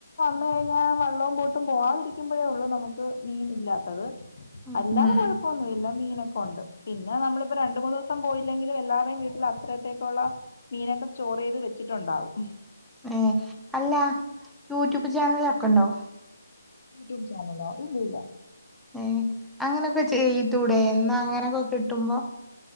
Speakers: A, on the left; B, in the centre.
A: മഴ കഴിഞ്ഞാൽ വെള്ളവും ബോട്ടും പോകാതിരിക്കുമ്പോഴേ ഉള്ളു നമുക്ക് മീൻ ഇല്ലാത്തത്
B: ഉം
A: അല്ലാതെ
B: ഉം
A: കുഴപ്പം ല്ല മീനൊക്കെ ഉണ്ട് പിന്നെ നമ്മളിപ്പോ രണ്ടു മൂന്ന്ദിവസം പോയില്ലെങ്കിലും എല്ലാവരുയും വീട്ടിൽ അത്രത്തേക്കുള്ള മീനൊക്കെ സ്റ്റോർ ചെയ്ത് വെച്ചിട്ടുണ്ടാവും
B: ഏഹ് അല്ല യൂട്യൂബ് ചാനലൊക്കെ ഉണ്ടോ
A: യൂട്യൂബ് ചാനലോ ഇല്ലല്ലാ
B: ഏഹ് അങ്ങനൊക്കെ ചെയത്തൂടെ എന്ന അങ്ങനെയൊക്കെ കിട്ടുമ്പോ